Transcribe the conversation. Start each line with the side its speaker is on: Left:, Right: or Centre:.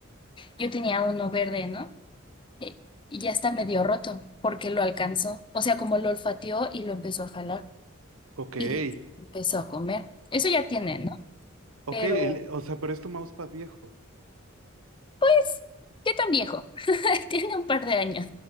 Left: Yo tenía uno verde, ¿no? Eh, Y ya está medio roto, porque lo alcanzó. O sea, como lo olfateó y lo empezó a jalar
Right: Ok. <gasps>
Left: y empezó a comer. Eso ya tiene, ¿no?
Right: Ok,
Left: Pero
Right: el- o sea, pero es tu mousepad viejo.
Left: pues, ¿Qué tan viejo? <laughs> Tiene un par de años.